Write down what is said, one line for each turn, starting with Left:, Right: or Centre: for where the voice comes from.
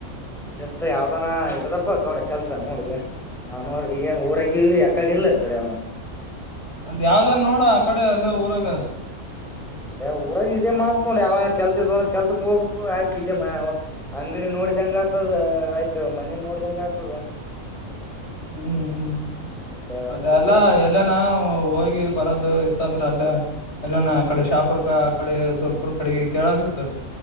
Centre: ಅಂತ ಯಾವ್ದನ ಇಡದಪ್ಪ ಗೌಡ ಕೆಲ್ಸ ನೋಡ್ಗೆ ನಾ ನೋ ಈಗೆ ಊರಗಿಲ್ ಯಕಡೆ ಇಲ್ಲ ಕಡೆ
Left: ಅಂದ ಯಾವ್ದಾರ್ ನೋಡ ಆ ಕಡೆ ಅಲ್ಲ ಊರಾಗ
Centre: ಅದೇ ಊರಾಗ ಇದೇ ಮಾಡ್ಬೇಕ ನ್ರ ಯಾವ ಕೆಲ್ಸ ಇದ ಅಂದ್ರೆ ಕೆಲ್ಸಕ್ ಹೋಗ್ಬೇಕು ಆಯ್ತು ಇದೆಮ ಅಂಗಡಿ ನೋಡಿ ನೋಡಿದಂಗ ಆತದ ಆಯ್ತು ಮನ ನೋಡ್ದಂಗ ಆಗ್ತದ
Left: ಹ್ಮ್ ಹ್ಮ್
Centre: ಮತ್ತೆ ಅದು
Left: ಅದೆಲ್ಲ
Centre: ಬಿಟ್ರ
Left: ಎಲ್ಲನ ಹೋಗಿ ಬರೋದು ಇತ್ತ ಅಂದ್ರ ಅಲ್ಲ ಎಲ್ಲಾನ ಆ ಕಡೆ ಶಾಪರ್ ಆ ಕಡೆ ಸ್ವಲ್ಪರ್ ಕಡೆಗೆ ಕೇಳದಿತ್ತು